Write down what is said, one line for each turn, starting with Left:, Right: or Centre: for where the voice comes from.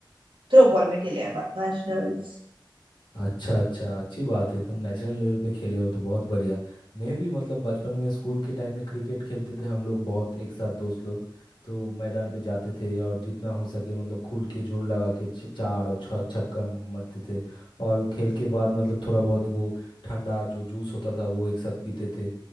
Right: थ्रो बॉल में खेले हैं नेशनल्स
Left: अच्छा अच्छा अच्छी बात है तुम नेशनल लेवल पे खेले हो तो बहुत बढ़िया मैं भी मतलब बचपन में स्कूल के टाइम में क्रिकेट खेलते थे हम लोग बहुत एक साथ दोस्त लोग तो मैदान पे जाते थे और जितना हो सके मतलब खुल के जोर लगा के छ- चार और छ छक्का मारते थे और खेल के बाद मतलब थोड़ा बहुत वो ठंडा जो जूस होता था वो एक साथ पीते थे